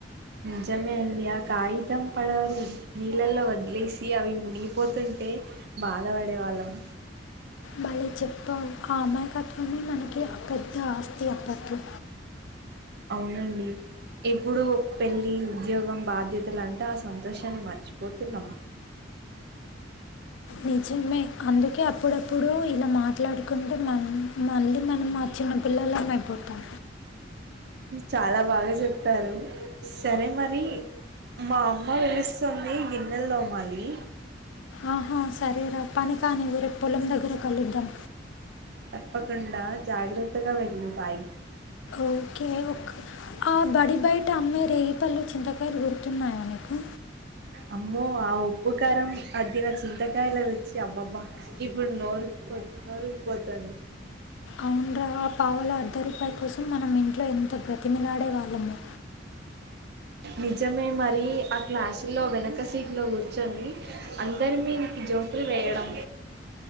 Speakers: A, on the right (about 60°); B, on the left (about 75°).
A: నిజమే అండి ఆ కాగితం పడవలు నీళ్ళల్లో వదిలేసి, అవి మునిగిపోతుంటే బాధపడే వాళ్ళం.
B: భలే చెప్పావ్ ఆ అమాయకత్వమే మనకి పెద్ద ఆస్తి అప్పట్లో
A: అవునండి ఎప్పుడు పెళ్ళి ఉద్యోగం బాధ్యతలంట ఆ సంతోషాన్ని మర్చిపోతున్నామా
B: నిజమే అందుకే అప్పుడప్పుడు ఇలా మాట్లాడుకుంటే మ మళ్ళీ మనం మా చిన్నపిల్లలం అయిపోతాం
A: చాలా బాగా చెప్పారు సరే, మరి మా అమ్మ పి లుస్తుంది. గిన్నెలు తోమాలి.
B: ఆహా సరేరా పని కానివ్వు రేపు పొలం దగ్గర కలుద్దాం.
A: తప్పకుండా జాగ్రత్తగా వెళ్ళు బాయ్
B: ఓకే ఆ బడి బయట అమ్మే రేగు పళ్ళు చింతకాయలు గుర్తున్నాయా నీకు
A: అమ్మో ఆ ఉప్పు కారం అద్దిన చింతకాయల రుచి అబ్బబ్బా ఇప్పుడు నోరుఊరిపో నోరూరిపోతుంది
B: అవున్రా ఆ పావల అర్ధ రూపాయి కోసం మనం ఇంట్లో ఎంత బ్రత తిమీలాడే వాళ్ళము
A: నిజమే మరీ ఆ క్లాసులో వెనక సీట్లో కూర్చొని అందరిమీకు జోకులు వేయడం